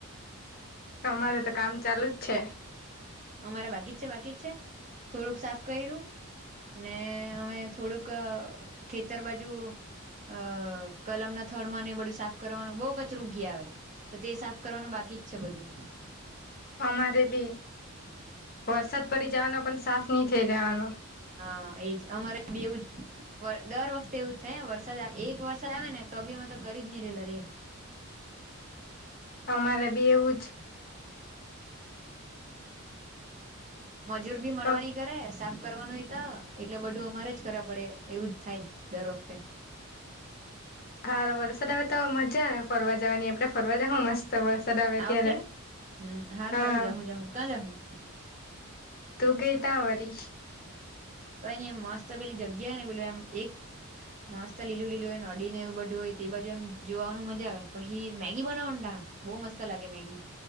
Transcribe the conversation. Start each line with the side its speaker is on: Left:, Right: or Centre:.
Left: તમારે તો કામ ચાલુ જ છે.
Right: અમારા બાકી જ છે બાકી જ છે થોડુંક સાફ કર્યું ને અમે થોડુંક ખેતર બાજુ અ કલમ ના થડ માં ને બધું સાફ કરવાનું બહુ કચરુંગી આવે. તો તે સાફ કરવાનું બાકી જ છે બધું
Left: અમારે બી વરસાદ પડી જવાનો પણ સાફ નહી થઇ રવાનો
Right: હા એજ અમારે બી એવું જ દર વખતે એવું થાય વરસાદ એક વરસાદ આવે ને તો બી એમાં તો કરી જ નહી રેલા રે
Left: તમારે બી એવું જ
Right: મજૂર ભી મલવાની
Left: જ
Right: કરે સા કરવાનું ત એટલે બધું અમારે જ કરવા પડે એવું જ થાય દર વખતે
Left: હા વરસાદ હમાં તો મજા આવે ફરવા જવાની આપડે ફરવા જ મસ્ત. વરસાદ આવે
Right: આ
Left: ત્યારે
Right: વખતે હમ સારું
Left: હા
Right: સારું જાું જાું ક્યાં જાઉું.
Left: તું ગઈતા વરી
Right: કઈ નઈ એમ મસ્ત પેલી જગ્યા ને પેલું એમ એક મસ્ત લીલું લીલું હોય નડી ને એવું બધું હોય તે બાજુ એમ જોવાનું મજા આવે પછી મેગી બનાવ બહુ મસ્ત લાગે મેગી